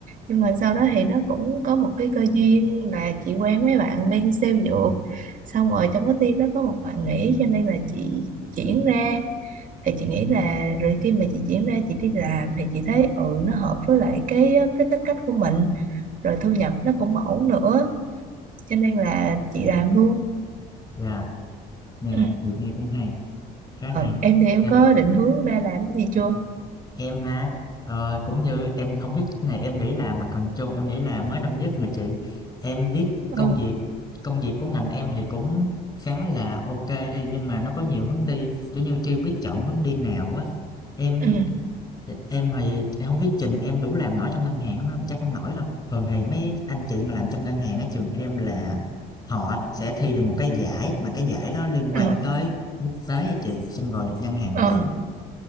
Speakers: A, on the right (about 50°); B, on the left (about 25°).
A: nhưng mà sau đó thì nó cũng có một cái cơ duyên là chị quen mấy bạn bên sale dược xong rồi trong cái team đó có một bạn nghỉ cho nên là chị chuyển ra thì chị nghĩ là rồi khi mà chị chuyển ra chị đi làm thì chị thấy ừ nó hợp với lại cái cái tính cách của mình rồi thu nhập nó cũng ổn nữa cho nên là chị làm luôn
B: dạ, nghe
A: ừ.
B: chị nghe cũng hay, khá
A: Ờ,
B: hay.
A: em thì em
B: Em
A: có định hướng ra làm cái gì chưa
B: Em ha, ờ, cũng như em không biết chỗ này em nghĩ là mặt bằng chung em nghĩ là mới năm nhất mà chị em biết
A: ừ
B: công việc công việc của ngành em thì cũng khá là ok đi nhưng mà nó có nhiều hướng đi kiểu như chưa biết chọn hướng đi nào á em
A: ừ
B: em thì em không biết trình em đủ làm nổi trong ngân hàng không đó mà chắc không nổi đâu thường thì mấy anh chị mà làm trong ngân hàng ở trường em là họ sẽ thi được một cái giải mà cái giải đó liên
A: ừ
B: quan tới quốc tế á chị xong rồi được ngân hàng
A: ừ
B: tuyển